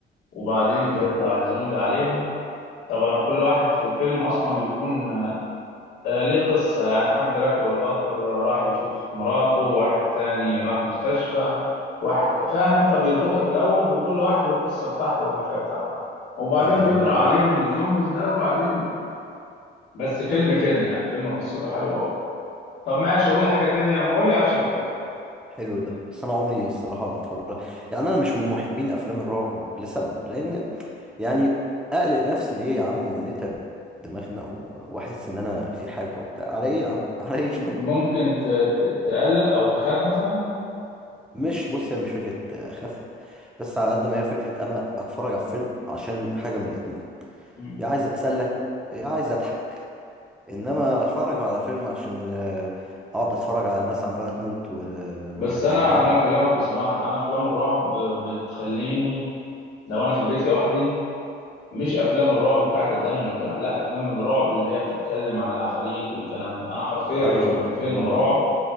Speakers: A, on the left; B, in the centre.
A: وبعدين
B: اه
A: بيطلع الزومبي عليهم طبعا وكل واحد في الفيلم اصلا بيكون آه، ليه قصة يعني حد راكب القطر راح يشوف مراته واحد تاني راح مستشفى واحد فاهم انت بيربطك الأول بكل واحد والقصة بتاعته والخلفية بتاعته وبعدين
B: ايوه
A: بيطرح
B: فاهم
A: عليهم
B: قصدك.
A: الزومبيز ده وبعدين بس فيلم فيلم يعني فيلم قصته حلوة هو طب ماشي قول لي حاجة تانية قول لي أكشن طيب
B: حلو ده بس انا عمري الصراحه ما اتفرج يعني انا مش من محبين افلام الرعب لسبب لان يعني اقلق نفسي ليه يا عم ونتعب دماغنا و- واحس ان انا في حاجه وبتاع على ايه يا عم على ايه
A: ممكن ت- ت- تقلق أو تخاف مثلا
B: <laughs> مش بص هي مش فكره اخاف بس على قد ما هي فكره انا اتفرج على فيلم عشان حاجه من الاتنين
A: مم.
B: يا عايز اتسلى يا عايز اضحك انما اتفرج على فيلم عشان آه، اقعد اتفرج على ناس عماله تموت وواحد
A: بس أنا
B: عمال
A: أنا أكلمك
B: يضحك.
A: بصراحة أنا أفلام الرعب بتخليني لو أنا في البيت لوحدي مش افلام الرعب بتاعت الدم والكلام لا افلام الرعب اللي هي بتتكلم عن العفاريت والكلام ده انا حرفيا
B: ايوه
A: لو شفت
B: افلام
A: فيلم
B: الرعب
A: رعب
B: دي